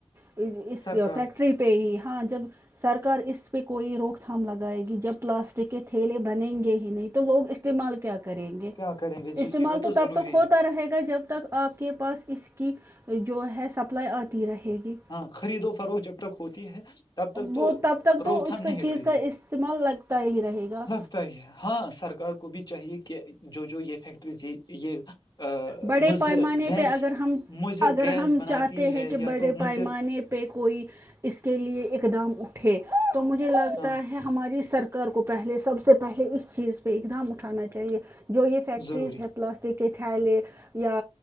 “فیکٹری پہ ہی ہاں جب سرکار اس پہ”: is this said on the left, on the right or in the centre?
Right